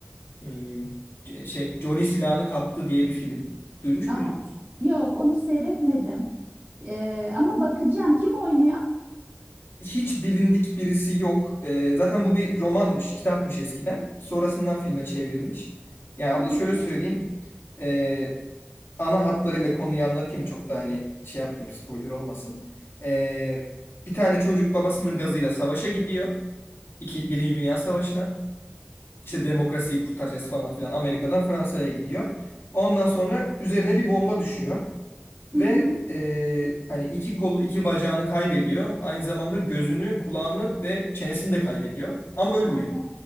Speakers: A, on the left (about 80°); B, on the right (about 60°).
A: hmm, şey Johnny silahını kaptı diye bir film. Duymuş
B: Aa,
A: muydunuz?
B: yok, onu seyretmedim. E, ama bakacağım. Kim oynuyor?
A: hiç bilindik birisi yok. Ee, zaten bu bir romanmış, kitapmış eskiden. Sonrasından filme çevrilmiş. Yani abla
B: Hı hı,
A: şöyle söyleyeyim. Ee, ana hatlarıyla konuyu anlatayım. Çok da hani şey yapmayayım, spoiler olmasın. Ee, bir tane çocuk babasının gazıyla savaşa gidiyor. İki, Birinci Dünya Savaşı'na. İşte demokrasiyi kurtaracağız falan filan. Amerika'dan Fransa'ya gidiyor. Ondan sonra üzerine bir bomba düşüyor.
B: hı
A: Ve
B: hı.
A: e, hani iki kolu, iki bacağını kaybediyor. Aynı zamanda gözünü, kulağını ve çenesini de kaybediyor. Ama ölmüyor.
B: Aa,